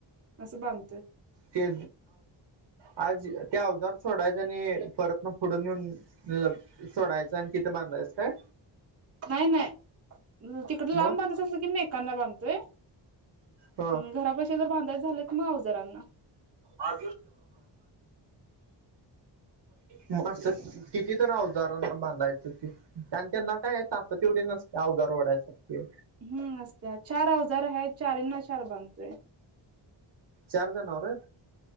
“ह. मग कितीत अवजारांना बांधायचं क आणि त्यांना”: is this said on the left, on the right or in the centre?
Right